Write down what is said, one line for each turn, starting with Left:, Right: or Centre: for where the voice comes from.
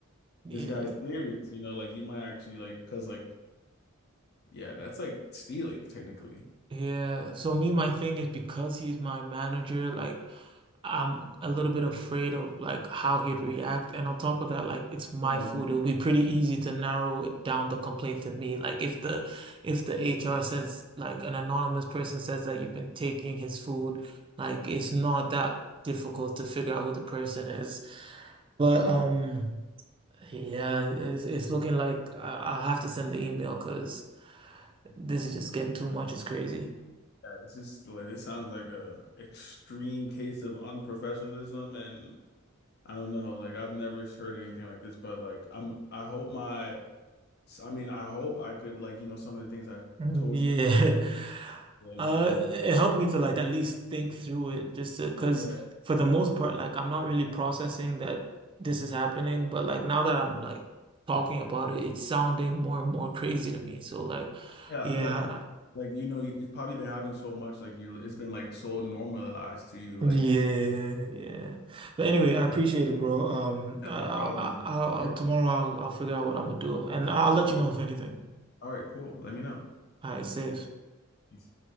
Right: yeah.
Left: this guy's serious, you know, like he might actually like, because like, yeah, that's like stealing technically.
Right: Yeah. So me, my thing is because he's my manager, like I'm a little bit afraid of like how he'd react. And on top of that, like it's my
Left: Like,
Right: food. It'll be pretty easy to narrow it down the complaint to me. Like if the if the HR says like an anonymous person says that you've been taking his food, like it's not that difficult to figure out who the person is. But um yeah, it's, it's looking like I- I'll have to send the email because this is just getting too much. It's crazy.
Left: yeah, this is like, this sounds like a extreme case of unprofessionalism and I don't know, like I've never heard anything like this, but like I'm, I hope my, So, I mean, I hope I could like, you know, some of the things I've
Right: Mm,
Left: told
Right: Yeah.
Left: you,
Right: <laughs>
Left: like,
Right: Uh,
Left: you know,
Right: it helped me to like at least think through it just to, because
Left: yeah,
Right: for the most part, like I'm not really processing that this is happening, but like now that I'm like talking about it, it's sounding more and more crazy to me. So like,
Left: yeah,
Right: yeah.
Left: I feel like like you know, you've probably been having so much, like you it's been like so normalized to you, like,
Right: Yeah,
Left: you know,
Right: yeah. But anyway, I appreciate it, bro. Um,
Left: yeah,
Right: I,
Left: no problem,
Right: I,
Left: man.
Right: I'll, I'll
Left: Sure.
Right: tomorrow I'll, I'll figure out what I'm gonna do, and I'll let you know if anything.
Left: All right, cool. Let me know.
Right: All right, safe.
Left: Peace.